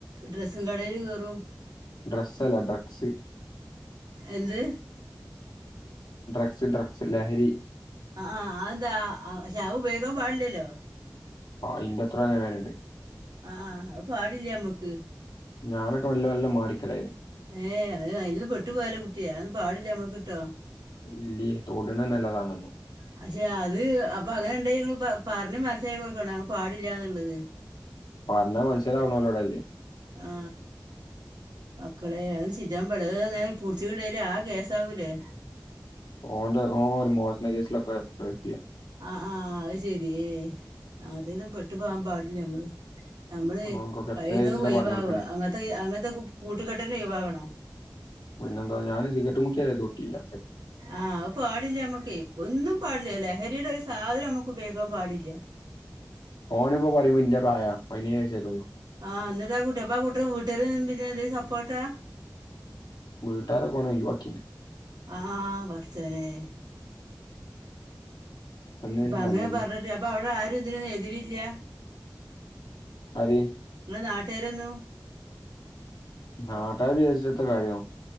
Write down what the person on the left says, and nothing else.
ഡ്രസ്സ് അല്ല ഡ്രക്സ്
ഡ്രഗ്സ് ഡ്രക്സ് ലഹരി
ആ ഇന്റത്ര അങ്ങനെ വരുണ്ട്
ഞാനൊക്കെ വല്ല വല്ല മാറിക്കലായിന്ന്
ഇല്ല്യേ തൊടണ നല്ലതാണെന്നോ
പറഞ്ഞാ മനസ്സിലാവണല്ലോടല്ലേ
ഓന്റെ ഓ ഒരു മോശണ കേസിലൊക്കെ പ്രതിയ.
ഓൻക്കൊക്കെ
എത്ര വെച്ചിട്ടാ
പറഞ്ഞു കൊടുക്കണേ
പിന്നെന്താ ഞാന് സിഗററ്റ് കുറ്റ്യ ന്നെ തൊട്ടില്ല.
ഓന്പ്പോ പറയുമ്പോ ഇന്റെ പ്രായാ വൈനേയ് വയസ്സായിട്ടുള്ളൂ.
വീട്ടാരൊക്കെ ഒനൊയ്വാക്കീന്.
തന്നെയാണ്
സംഗതി
ആര്?
നാട്ടാര് വിജര്ച്ചട്ടത്ത കാര്യം.